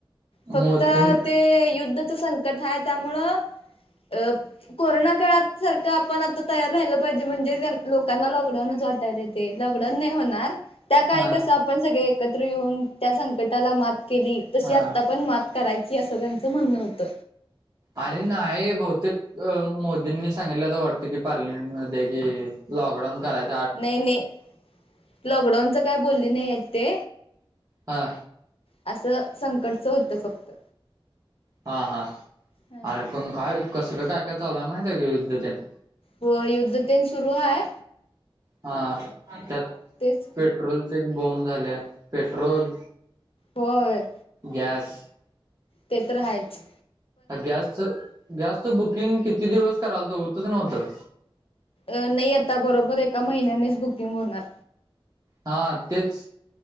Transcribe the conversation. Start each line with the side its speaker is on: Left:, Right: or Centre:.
Left: फक्त
Right: मोदी
Left: ते युद्धच संकट आहे त्यामुळं अ, कोरोना काळ सारखं आपण आता तयार राहिलं पाहिजे म्हणजे लोकांना लॉकडाऊनच वाटायला. ते लॉकडाऊन नाही होणार. त्या काळी
Right: हा
Left: कस आपण सगळे एकत्र येऊन त्या संकटाला मात केली तशी
Right: हा
Left: आत्ता पण मात. करायची अस त्यांचं म्हणणं होत.
Right: अरे नाही बहुतेक. अ मोदींनी सांगितलं तर वाटत की, पार्लिमेंट मध्ये कि, लॉकडाऊन करायच.
Left: नाही नाही लॉकडाऊनच काय बोलली नाही आहेत ते.
Right: हा,
Left: असं संकटचं होतं फक्त.
Right: हा हा,
Left: हा
Right: अरे पण काय कसलं काय काय चालूय माहित काय युद्धतेन.
Left: होय युद्धतेन सुरू आहे.
Right: हा, त्यात
Left: तेच की
Right: पेट्रोलचे एक बॉम्ब झाले पेट्रोल.
Left: होय,
Right: गॅस,
Left: ते तर हायच.
Right: गॅसच गॅसचं बुकिंग किती दिवस करायलातो होतच नव्हतं.
Left: अ नाही आता बरोबर एका महिन्यानेच बुकिंग होणार.
Right: हा, तेच